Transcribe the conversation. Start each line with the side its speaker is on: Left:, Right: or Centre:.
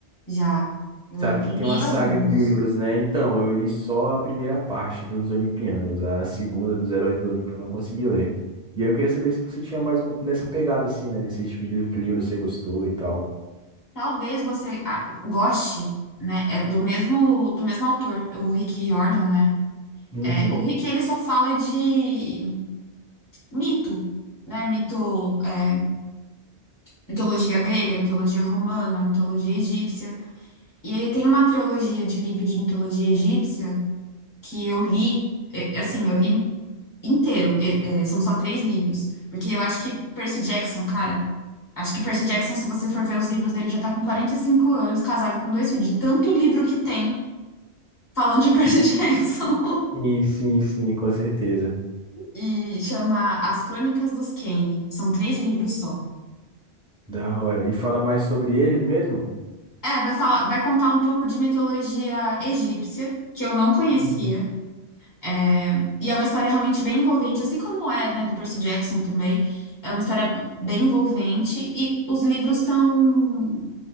Left: Já. Eu
Centre: Sabe que
Left: li
Centre: tem uma saga
Left: alguns.
Centre: de livros, né? Então, eu li só a primeira parte dos Olimpianos, a segunda dos Heróis do Olimpo eu não consegui ler. E aí eu queria saber se você tinha mais uma nessa pegada, assim, né? Nesse tipo de livro, que livro você gostou e tal.
Left: Talvez você ah, goste, né? É do mesmo, do mesmo autor, o Rick Riordan, né?
Centre: Uhum.
Left: É, o Rick, ele só fala de mito, né? Mito, é, mitologia grega, mitologia romana, mitologia egípcia. E ele tem uma trilogia de livros de mitologia egípcia que eu li, é, assim, eu li inteiro. É, é, são só três livros. Porque eu acho que Percy Jackson, cara, acho que Percy Jackson, se você for ver os livros dele, já tá com 45 anos, casado com dois filhos, de tanto livro que tem falando de <laughs> Percy Jackson.
Centre: Sim, sim, sim, com certeza.
Left: E chama As Crônicas dos Kane. São três livros só.
Centre: Da hora. E fala mais sobre eles mesmo?
Left: É, vai falar, vai contar um pouco de mitologia egípcia, que eu não conhecia.
Centre: Uhum.
Left: É, E é uma história realmente bem envolvente, assim como é, né, do Percy Jackson também. É uma história bem envolvente e os livros são